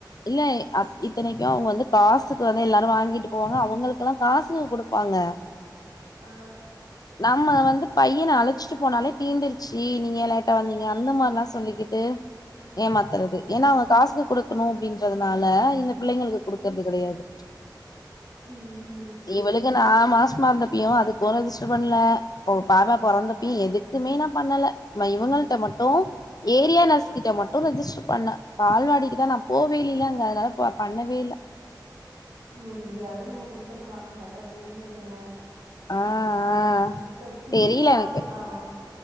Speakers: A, on the left; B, on the right.
A: இல்ல அத் இத்தனைக்கும் அவங்க வந்து காசுக்கு வந்து எல்லாரும் வாங்கிட்டு போவாங்க அவங்களுக்கெல்லாம் காசூ கொடுப் பாங்க
B: ஆ ஆ
A: நம்ம வந்து பையன அழச்சிட்டு போனாலே தீந்துருச்சீ நீங்க ஏ லேட்டா வந்தீங்க அந்த மாதிரிலாம் சொல்லிகிட்டு ஏமாத்துறது
B: ஆமா.
A: ஏன்னா அவங்க காசூ கொடுக்கணும் அப்டின்றதுனால இந்த புள்ளைங்களுக்கு கொடுக்கறது கெடையாது
B: ம்
A: இவளுக்கு நான் மாசமாறுந்தப்பயும் அதுக்கும் ரெஜிஸ்டர் பண்ணல ஒ பாப்பா பொறந்தப்பயும் எதுக்குமே நா பண்ணல இவங்கள்ட மட்டும் ஏரியா நர்ஸ்கிட்ட மட்டும் ரெஜிஸ்டர் பண்ண பால்வாடிக்கு தான் நான் போவேலில்ல அங்க அதனால பண்ணவேல்ல
B: ம் எங்கையாது நீங்க குடுத்துருக்கலாம் இந்த அக்கா தெரிஞ்சவங்க
A: ஆ ஆ
B: இப்ப டி
A: தெரில
B: வில்லாம்
A: எனக்கு
B: வச்சிருக்காங்ளாம்